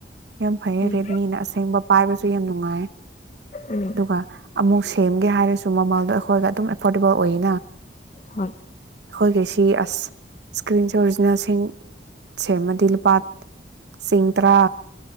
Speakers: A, on the right (about 70°); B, on the left (about 40°).
A: ꯌꯥꯝ ꯐꯩꯌꯦ
B: ꯎꯝ
A: ꯔꯦꯗꯃꯤꯅ ꯑꯁꯦꯡꯕ ꯄꯥꯏꯕꯁꯨ ꯌꯥꯝ ꯅꯨꯡꯉꯥꯏ
B: ꯎꯝ
A: ꯑꯗꯨꯒ ꯑꯃꯨꯛ ꯁꯦꯝꯒꯦ ꯍꯥꯏꯔꯁꯨ ꯃꯃꯥꯡꯗꯣ ꯑꯩꯈꯣꯏꯒ ꯑꯗꯨꯝ ꯑꯦꯐꯣꯔꯗꯦꯕꯜ ꯑꯣꯏꯅꯤ
B: ꯍꯣꯏ
A: ꯑꯩꯈꯣꯏꯒꯤꯁꯤ ꯑꯁ ꯏꯁꯀ꯭ꯔꯤꯟꯁꯦ ꯑꯣꯔꯤꯖꯤꯅꯦꯜꯁꯤꯡ ꯆ ꯃꯗꯤꯜ ꯄꯠ ꯁꯤꯁꯤꯡ ꯇ꯭ꯔꯥ